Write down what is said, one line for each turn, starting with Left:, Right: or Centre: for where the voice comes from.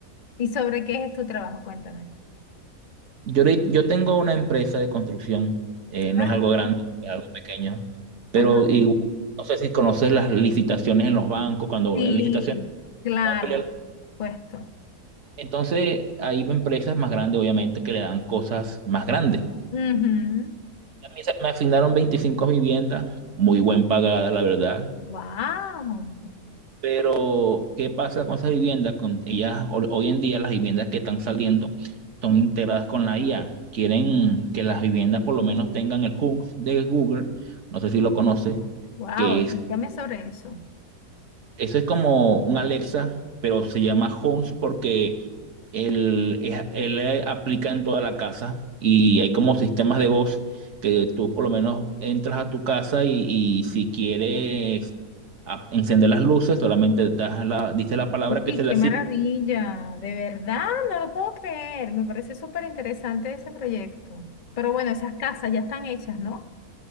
Left: ¿Y sobre qué es tu trabajo? Cuéntame.
Right: Yo, ahori- yo tengo una empresa de construcción, eh, no
Left: Ah,
Right: es algo grande, es algo pequeño, pero
Left: ajá.
Right: igual, no sé si conoces las licitaciones en los bancos, cuando
Left: Sí,
Right: en licitaciones
Left: claro,
Right: va a pelear.
Left: puesto.
Right: Entonces, hay empresas más grandes, obviamente, que le dan cosas más grandes.
Left: Ujú.
Right: A mí se me asignaron 25 viviendas, muy buen pagadas, la verdad.
Left: Wow,
Right: Pero, ¿qué pasa con esas viviendas? Con ellas, ho- hoy en día las viviendas que están saliendo son integradas con la IA. Quieren que las viviendas por lo menos tengan el Home de Google, no sé si lo conoces,
Left: wow,
Right: que
Left: explícame
Right: es
Left: sobre eso.
Right: eso es como un Alexa, pero se llama Homes porque él, es- él eh, aplica en toda la casa y hay como sistemas de voz que tú por lo menos entras a tu casa y, y si quieres a- encender las luces, solamente das la, dices la palabra
Left: Uy,
Right: que se
Left: qué
Right: le asigna.
Left: maravilla, de verdad, no lo puedo creer. Me parece súper interesante ese proyecto. Pero bueno, esas casas ya están hechas, ¿no?